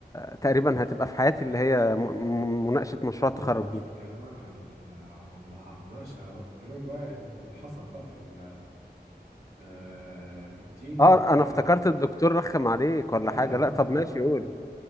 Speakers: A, on the left; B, on the right.
A: تقريبا هتبقى في حياتي اللي هي م- م- مناقشة مشروع
B: يا ابني
A: التخرج
B: انا مش
A: دي
B: بكلمك على على على المناقشه بكلمك بقى اللي حصل بقى في ال- آه، في التيم
A: اه
B: وبتاع
A: انا افتكرت الدكتور رخم عليك ولا
B: لا
A: حاجة
B: يا عم
A: لا طب
B: لا
A: ماشي
B: لا
A: قول
B: لا